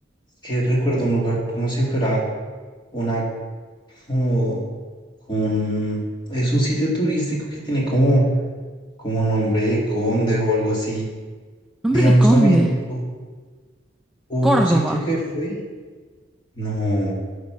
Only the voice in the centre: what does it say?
Nombre
de conde,
Córdoba.